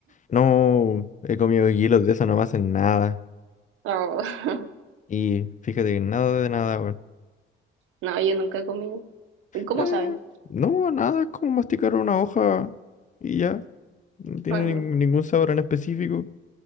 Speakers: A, on the left (about 40°); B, on the right (about 85°).
A: No he comido hielos de eso, no me hacen nada.
B: Oh, <laughs>
A: Y fíjate que nada de nada, weón.
B: no, yo nunca he comido. ¿Y cómo
A: Eh,
B: saben?
A: no, nada, es como masticar una hoja y ya. No tiene
B: Mm,
A: nin- ningún sabor en específico.